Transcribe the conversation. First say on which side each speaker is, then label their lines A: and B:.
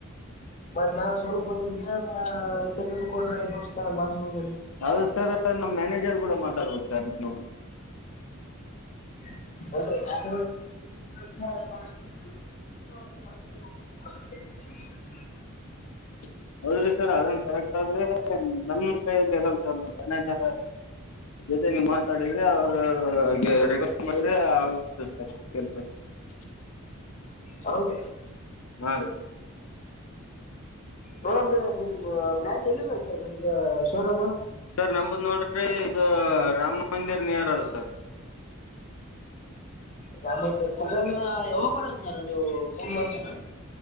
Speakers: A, on the left; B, on the left.
A: ಮತ್ ನಾವ್ ಸ್ವಲ್ಪ ನಿಮ್ಗೆ ಏನ್ ಎಚ್ಚರಿ ಕೊಟ್ರೆ ಐದು ವರ್ಷ ಮಾಡಿಸಬೋುದಲ್ಲಿ.
B: ಅದು ಸರ್ ನಮ್ಮ್ ಮ್ಯಾನೇಜರ್ ಕೂಡ ಮಾತಾಡ್ಬೋದು ಸರ್ ನೀ.
A: <unintelligible> <unintelligible>
B: <inaudible> ಹೌದ್ರಿ ಸರ್ ಅದನ್ ಕರೆಕ್ಟ್ ಆದ್ರೆ ನಮ ಕೈಯಲ್ಲಿ ಇರಲ್ ಸರ್ ನಮ್ ಮನ ಜರ ಜೊತೆ ನೀ ಮಾತಾಡಿದ್ರಿ ಅವ್ರ ಕ್ವೆಸ್ ಮಾಡ <unintelligible>
A: ಹೌದು.
B: ಹಾ ರೀ.
A: ನೋಡ ನಿಮ ಬ್ರಾಂಚ್ ಎಲ್ಲಿ ಇ ಸರ್ ನಿಮ್ಗ ಶೋರೂಮ್.
B: ನಮದು ನೋಡ್ರಿ ಇದು ರಾಮ ಮಂದಿರ್ ನಿಯರ್ ಅದು ಸರ್.
A: ರಾಮಾಯ ಸರ್ ಅಂದ್ರ ಯಾವಾಗ ಬರದು ಸರ್ ನೀವು ಫೋನ್ ಮಾಡ್ತರ.